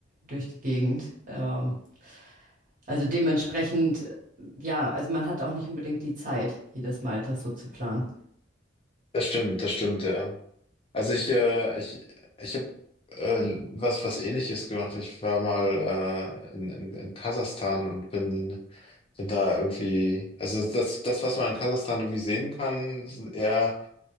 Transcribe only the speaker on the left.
das stimmt, das stimmt, ja. Also ich, äh, ich, ich habe äh, was, was Ähnliches gemacht. Ich war mal äh, in, in, in Kasachstan und bin, bin da irgendwie, also das, das, was man in Kasachstan irgendwie sehen kann, sind eher,